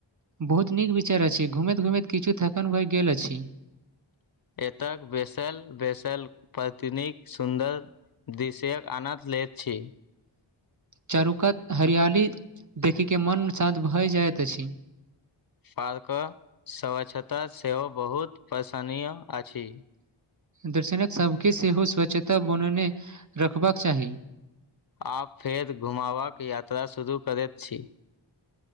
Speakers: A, on the right; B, on the left.
A: बहुत नीक विचार अछि घुमैत घुमैत किछु थकन भए गेल अछि
B: एतय बैसल बैसल पत्नी कऽ सुन्दर दिशयक आनन्द लैत छी
A: चारुकत हरियाली देखै के मन शान्त भए जाइत अछि
B: पार्क स्वछता सेहो बहुत पसानीय अछि
A: दर्शनक सभके सेहो स्वच्छता बनेने रखबाक चाही
B: आब फेर घुमाबाक यात्रा शुरू करैत छी